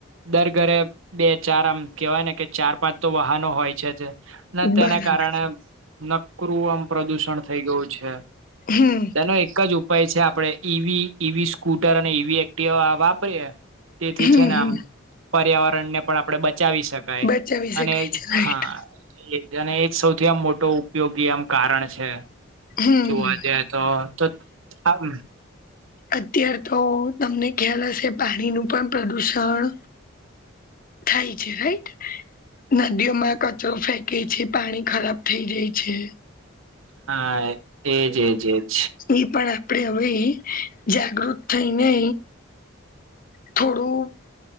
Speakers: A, on the right (about 85°); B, on the left (about 45°).
A: દર ઘરે બે ચાર આમ કેવાય ને કે ચાર પાંચ તો વાહનો હોય છે જ. ને તેના
B: બરાબર
A: કારણે <inaudible> નકરું આમ પ્રદુષણ થઈ ગયું છે.
B: હમ
A: તેનો એક જ ઉપ પાય છે આપડે. ઈવી ઈવી સ્કૂટર અને ઈવી એક્ટિવા વાપરીએ. તેથી
B: હમ
A: છે ને
B: હમ
A: આમ. પર્યાવરણને પણ આપણે બચાવી શક કઈ
B: બચાવી
A: અને
B: શકાય છે રાઈટ
A: હા એ. જેને એક સૌથી આમ મોટો ઉપયોગી આમ કારણ છે
B: હમ
A: જોવા જાય. તો તો ત આવી.
B: અત્યાર તો તમને ખ્યાલ હશે પાણીનું પણ પ્રદુષણ. થાય છે રાઈટ? નદીઓમાં એ કચરો ફેંકે છે. પાણી ખરાબ થઈ જાય છે.
A: હા એજ એજ એજ.
B: ઈ પણ આપણે હવે જાગૃત થઈને થોડું.